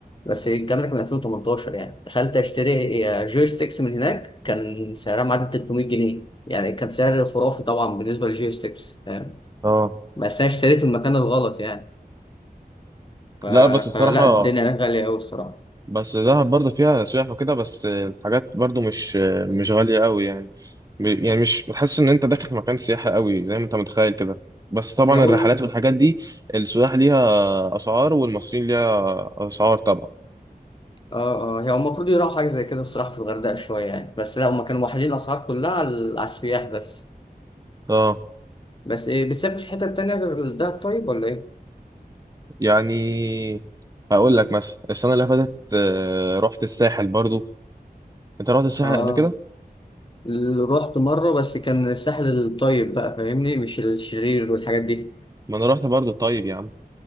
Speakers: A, on the left; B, on the right.
A: بس الكلام ده كان 2018 يعني دخلت أشتري جوي ستيكس من هناك كان سعرها معدي 300 جنيه يعني كان سعر خرافي طبعا بالنسبة للجوي ستيكس فاهم؟
B: اه
A: بس أنا اشتريت في المكان الغلط يعني ف...
B: لا بس بصراحه
A: فلا الدنيا هناك غالية أوي الصراحة
B: بس دهب برضو فيها سياح وكده بس الحاجات برضو مش مش غاليه قوي يعني بي- يعني مش بتحس ان انت داخل في مكان سياحي قوي زي ما انت متخيل كده بس طبعا
A: لو
B: الرحلات والحاجات دي السياح ليها اسعار والمصريين ليها اسعار طبعا
A: اه اه هي المفروض يروحوا حاجة زي كده الصراحة في الغردقة شوية يعني بس لا هما كانوا واحدين الأسعار كلها على على السياح بس
B: اه
A: بس إيه بتسافر في حتة تانية غير الدهب طيب ولا إيه؟
B: يعني هقول لك مثلا السنة اللي فاتت آه، رحت الساحل برضو انت رحت الساحل
A: اه
B: قبل كده؟
A: ال- رحت مرة بس كان الساحل الطيب بقى فاهمني مش الشرير والحاجات دي
B: ما انا رحت برضو طيب يا عم